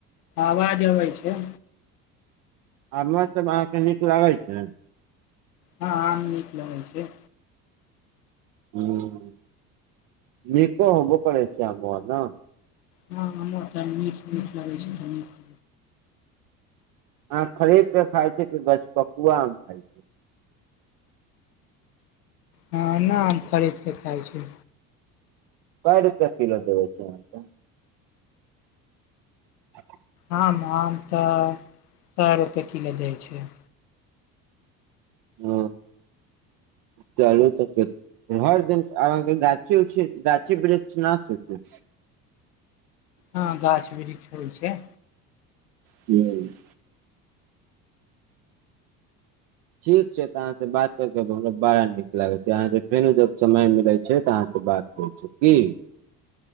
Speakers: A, on the left; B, on the right.
A: आवाज अबै छै
B: आ मौसभम अहाँके नीक लागै छै
A: हँ आम नीक लगै छै
B: <unintelligible>
A: हँ हमरा तऽ नीक नीक लगै छैऽ नीक
B: आ खरीद क खाय छी त गछपकुआ आम खाय छी
A: हँ ने हम खरीद कऽ खाइ छी
B: कय रुपआ किलो देबै छै अहाँ त <inaudible>
A: आम आम तऽ सए रुपैए किलो दै छै
B: ह चलू तऽ घर देने अब अहाँ के गाछी उछी गाछी वृक्ष ने छै की
A: हँ गाछ वृक्ष होइ छै
B: ह <inaudible> ठीक छै तऽ अहाँसँ बात करि कऽ हमरा बड़ा नीक लागैत छै अहाँके फेरो जब समय मिलैत छै तऽ अहाँ बात कह छै की